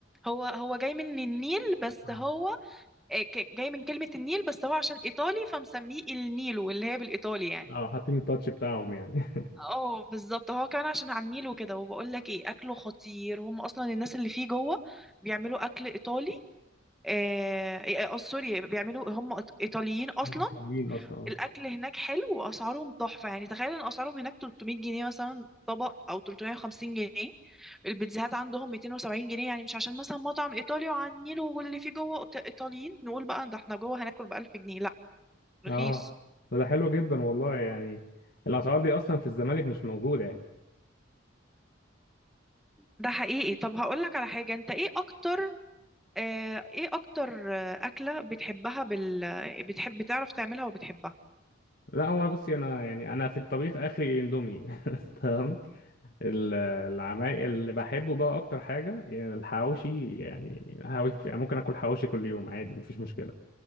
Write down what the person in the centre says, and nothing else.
هو هو جاي من النيل بس
هو آه ك- جاي من كلمة النيل بس هو عشان ايطالي فمسميه النيلو اللي هي بالايطالي يعني
اه بالظبط هو كمان عشان على النيل وكده وبقول لك ايه اكله خطير هم اصلا الناس اللي فيه جوه بيعملوا اكل ايطالي آه, آه, آه سوري بيعملوا هم إيط- ايطاليين اصلا
الاكل هناك حلو واسعارهم تحفه يعني تخيل ان اسعارهم هناك 300 جنيه مثلا طبق او 350 جنيه البيتزاهات عندهم 270 جنيه يعني مش عشان مثلا مطعم ايطالي وعلى النيل واللي فيه جوه إيط- ايطاليين نقول بقى ده احنا جوه هناكل ب 1000 جنيه لا رخيص
ده حقيقي طب هقول لك على حاجه انت ايه اكتر آه، ايه اكتر آه، اكلة بتحبها بال... بتحب بتعرف تعملها وبتحبها